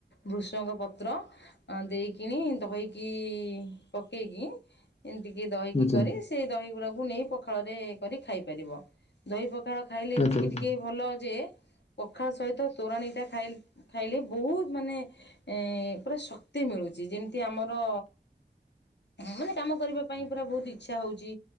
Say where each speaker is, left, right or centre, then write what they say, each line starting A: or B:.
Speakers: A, on the left (about 85°); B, on the left (about 40°).
A: ବୃଷଙ୍କ ପ ତ୍ର ଦେଇକିନି ଦହିକି ପକେଇକି ଏମିତିକି ଦହିକି
B: ଆଚ୍ଛା
A: କରି ସେଇ ଦହି ଗୁଡାକୁ ନେଇ ପଖାଳ ରେ କରି ଖାଇପାରିବ। ଦହି ପଖାଳ ଖାଇଲେ ଏତିକି
B: ଆଚ୍ଛା ଆଚ୍ଛା
A: ଟିକେ ଭଲ ଯେ ପଖାଳ ସହିତ ତୋରାଣଟା ଖାଇ ଖାଇଲେ ବହୁତ ମାନେ ଏଁ ପୁରା ଶକ୍ତି ମିଳୁଛି ଯେମିତି ଆମର ଏଁ ମାନେ କାମ କରିବା ପାଇଁ ପୁରା ବହୁତ ଇଚ୍ଛା ହଉଛି